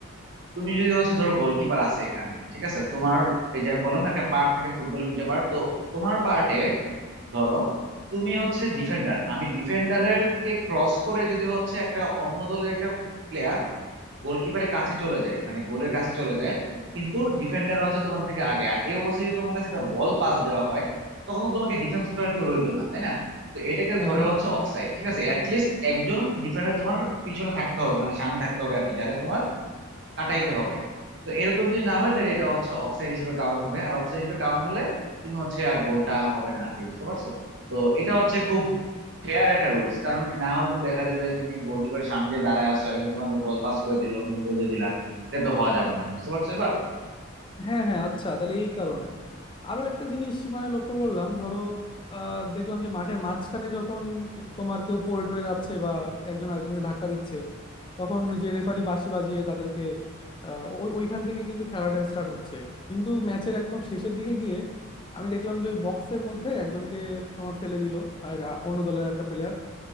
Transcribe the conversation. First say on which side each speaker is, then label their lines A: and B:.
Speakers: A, on the right; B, on the left.
A: তুমি যদি হচ্ছে ধরো গোলকিপার আছে এখানে ঠিক আছে তোমার এই যে আমি বললাম না একটা পার্ট থাকে ফুটবল দুইটা পার্ট তো তোমার পার্টে ধরো তুমি হচ্ছে ডিফেন্ডার আমি ডিফেন্ডারের কে ক্রস করে যদি হচ্ছে একটা অন্য দলের একটা প্লেয়ার গোলকিপারের কাছে চলে যায় মানে গোলের কাছে চলে যায় কিন্তু ডিফেন্ডাররা হচ্ছে তোমার থেকে আগে আর এই অবস্থায় যদি তোমার কাছে একটা বল পাস দেওয়া হয় তখন তো তোমাকে ডিফেন্স করার কেউ রইলো না তাই না তো এটাকে
B: হ্যাঁ,
A: ধরে
B: হ্যাঁ।
A: হচ্ছে অফসাইড ঠিক আছে অ্যাটলিস্ট একজন ডিফেন্ডার তোমার পিছনে থাকতে হবে মানে সামনে থাকতে হবে আর কি যারা তোমার কাটাইতে হবে তো এরকম যদি না হয় তাহলে এটা হচ্ছে অফসাইড হিসেবে কাউন্ট হবে আর অফসাইড হিসেবে কাউন্ট হলে তুমি হচ্ছে আর গোলটা হবে না আর কি বুঝতে পারছো তো এটা হচ্ছে খুব ফেয়ার একটা রুলস কারণ না হলে তো দেখা যাবে যে তুমি গোলকিপারের সামনে যে দাঁড়ায় আসছো একজন তোমাকে বল পাস করে দিল তুমি গোল দিয়ে দিলা এটা তো হওয়া যাবে না বুঝতে পারছো এবার
B: হ্যাঁ হ্যাঁ আচ্ছা তাহলে এই কারণে আরো একটা জিনিস মানে লক্ষ্য করলাম ধরো আহ, দেখলাম যে মাঠের মাঝখানে যখন তোমার কেউ পড়ে টরে যাচ্ছে বা একজন আরেকজনকে ধাক্কা দিচ্ছে তখন যে রেফারি বাঁশি বাজিয়ে তাদেরকে আহ, ওই- ওইখান থেকে কিন্তু খেলাটা স্টার্ট হচ্ছে কিন্তু ম্যাচের একদম শেষের দিকে গিয়ে আমি দেখলাম যে ওই বক্সের মধ্যে একজনকে তোমার ফেলে দিল আর এক- অন্য দলের একটা প্লেয়ার